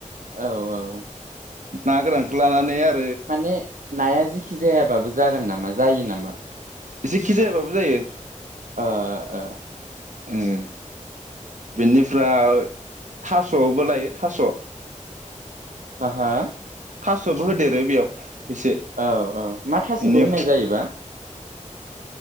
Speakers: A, on the right; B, on the right.
A: औ औ
B: ना गोरानखौ लानानै आरो
A: माने नाया जेखि जायाबाबो जागोन नामा जायो नामा?
B: जिखि जायाबाबो जायो
A: ओ ओ
B: ओम बिनिफ्राय थास'आवबो लायो थास'
A: हा हा
B: थास'बो होदेरो बेयाव। एसे
A: औ औ मा थासुखौ
B: बेनि
A: होननाय जायोबा